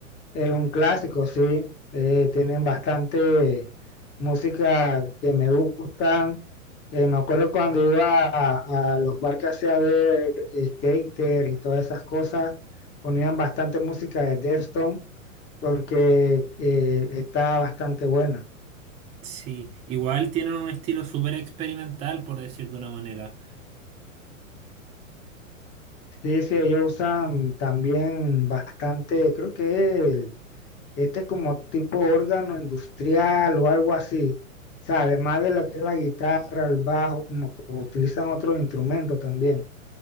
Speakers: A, on the left (about 25°); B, on the right (about 15°).
A: Es un clásico, sí. Eh, tienen bastante música que me gustan. Eh, me acuerdo cuando iba a, a los barcos a ver eh, skater y todas esas cosas, ponían bastante música de Deftones porque eh, está bastante buena.
B: Sí, igual tienen un estilo súper experimental, por decir de una manera.
A: Sí, sí, ellos usan también bastante, creo que Este es como tipo órgano industrial o algo así, ¿sabes? Más de lo que es la guitarra, el bajo, como que utilizan otros instrumentos también.